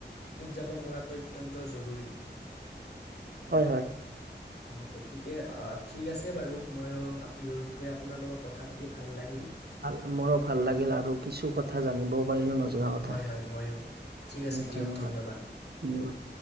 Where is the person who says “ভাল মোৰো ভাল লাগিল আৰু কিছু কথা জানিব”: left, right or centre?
Right